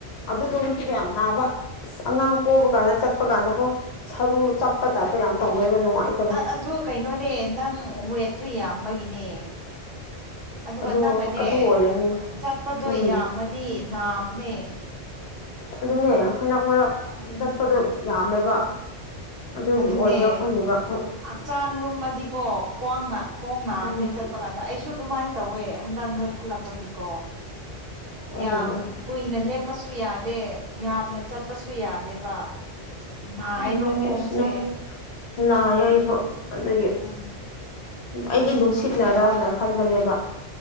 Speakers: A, on the left; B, on the right.
A: ꯑꯗꯨꯗꯣꯅ ꯀꯕ ꯌꯥꯝ ꯅꯥꯕ ꯑꯁ ꯑꯉꯥꯡ ꯄꯣꯕ ꯀꯥꯟꯗ ꯆꯠꯄ ꯀꯥꯟꯗꯀꯣ ꯁꯔꯨ ꯆꯞꯄ ꯇꯥꯏꯞꯄ ꯌꯥꯝ ꯇꯧꯋꯦꯕ ꯅꯨꯡꯉꯥꯏꯇꯦ
B: ꯑ ꯑꯗꯨ ꯀꯩꯅꯣꯅꯦ ꯅꯪ ꯋꯦꯠꯇꯨ ꯌꯥꯝꯕꯒꯤꯅꯦ ꯑꯗꯨꯒ
A: ꯑꯗꯣ
B: ꯅꯪꯅꯅꯦ
A: ꯑꯗꯨ ꯑꯣꯏꯔꯅꯤ
B: ꯆꯠꯄꯗꯣ
A: ꯎꯝ
B: ꯌꯥꯝꯃꯗꯤ ꯅꯥꯕꯅꯦ
A: ꯑꯗꯨꯅꯦ ꯍꯟꯗꯛ ꯃꯔꯛ
B: ꯑꯗꯨꯅꯦ
A: ꯆꯠꯄꯗꯣ
B: ꯎꯝ
A: ꯌꯥꯝꯃꯦꯕ ꯑꯗꯨꯒꯤ
B: ꯑꯗꯨꯅꯦ
A: ꯑꯣꯏꯕ꯭ꯔꯥ ꯈꯪꯗꯦꯕ ꯎꯝ
B: ꯍꯛꯆꯥꯡ ꯂꯨꯝꯃꯗꯤꯀꯣ ꯈ꯭ꯋꯥꯡ ꯈꯣꯡ ꯅꯥꯕꯅꯦ
A: ꯎꯝ
B: ꯆꯠꯄ ꯀꯥꯟꯗ ꯑꯩ ꯑꯗꯨꯃꯥꯏꯅ ꯇꯧꯋꯦ ꯍꯟꯗꯛ ꯅꯣꯏꯈꯜꯂꯛꯄꯒꯤꯀꯣ
A: ꯎꯝ
B: ꯌꯥꯝ ꯀꯨꯏꯅ ꯂꯦꯞꯄꯁꯨ ꯁꯨ ꯌꯥꯗꯦ ꯌꯥꯝꯅ ꯆꯠꯄꯁꯨ ꯌꯥꯗꯦꯕ ꯅꯥꯏꯌꯦꯕ
A: ꯑꯗꯨꯅꯦ
B: ꯈꯣꯡꯁꯦ
A: ꯑꯁ ꯅꯣꯏ ꯅꯥꯏꯌꯦ ꯑꯩꯁꯨ ꯑꯗꯒꯤ
B: ꯎꯝ
A: ꯑꯩꯗꯤ ꯅꯨꯡꯁꯤꯠꯅꯔꯅ ꯈꯟꯕꯅꯦꯕ